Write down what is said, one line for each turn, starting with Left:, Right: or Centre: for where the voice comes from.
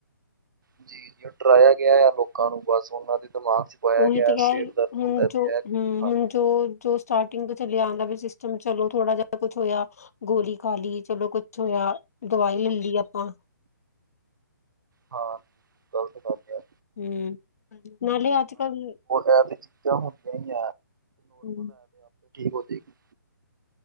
Right: ਜੀ ਜੀ ਡਰਾਇਆ ਗਿਆ ਆ ਲੋਕਾਂ ਨੂੰ ਬਸ ਉਹਨਾਂ ਦੇ। ਦਿਮਾਗ ਚ ਪਾਇਆ
Left: ਉਹੀ
Right: ਗਿਆ
Left: ਤੇ ਕਹਿ
Right: ਸਿਰ
Left: ਰਹੀ
Right: ਦਰਦ ਹੁੰਦਾ
Left: ਹੁਣ ਜੋ
Right: ਤੇ ਇਹ
Left: ਹਮ
Right: ਖਾਣੀ
Left: ਹੁਣ। ਜੋ ਜੋ ਸਟਾਰਟਿੰਗ ਤੋਂ ਚੱਲਿਆ ਆਉਂਦਾ ਵੀ ਸਿਸਟਮ, ਚਲੋ ਥੋੜਾ ਜਿਹਾ ਕੁਛ ਹੋਇਆ ਗੋਲੀ ਖਾਲੀ ਚਲੋ। ਕੁਛ ਹੋਇਆ ਦਵਾਈ ਲੈ ਲਈ ਆਪਾਂ।
Right: ਹਾਂ। ਗ਼ਲਤ ਗੱਲ ਆ
Left: ਹਮ ਨਾਲੇ ਅੱਜ ਕੱਲ।
Right: ਬਾਅਦ ਵਿੱਚ ਚੀਜ਼ਾਂ ਹੁੰਦੀਆਂ ਨੇ।
Left: ਹਮ।
Right: ਹੋ ਜਾਏਗੀ